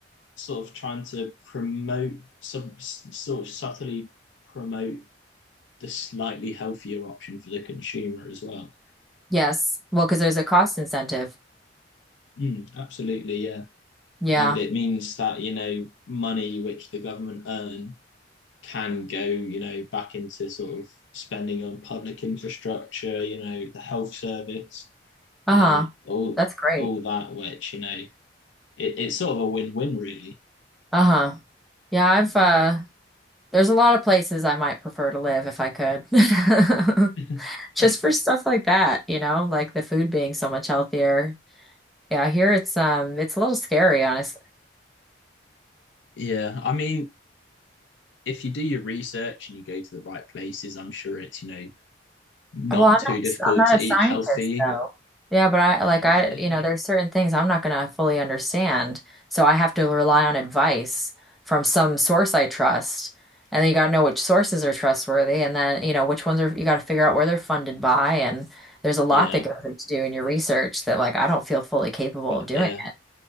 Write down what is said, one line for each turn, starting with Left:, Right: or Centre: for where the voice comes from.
Left: sort of trying to promote some sort of subtly promote the slightly healthier option for the consumer as well
Centre: Yes. Well, because there's a cost incentive.
Left: mm, absolutely yeah
Centre: Yeah.
Left: and it means that you know money which the government earn can go you know back into sort of spending on public infrastructure you know the health service
Centre: Uh-huh.
Left: um all
Centre: That's great.
Left: all that which you know it, it's sort of a win-win really
Centre: Uh-huh. Yeah, I've uh there's a lot of places I might prefer to live if I could. <laughs>
Left: <laughs>
Centre: Just for stuff like that, you know, like the food being so much healthier. Yeah, here it's um it's a little scary, honestly.
Left: Yeah, I mean, if you do your research and you go to the right places, I'm sure it's, you know, not
Centre: Well, I'm
Left: too
Centre: not,
Left: difficult
Centre: I'm not
Left: to
Centre: a
Left: eat
Centre: scientist
Left: healthy.
Centre: though. Yeah, but I like
Left: yeah
Centre: I, you know, there's certain things I'm not gonna fully understand. So I have to rely on advice from some source I trust. And then you gotta know which sources are trustworthy and then, you know, which ones are you gotta figure out where they're funded by. And there's a lot
Left: yeah
Centre: that goes into doing your research that like I don't feel fully capable
Left: but
Centre: of doing.
Left: yeah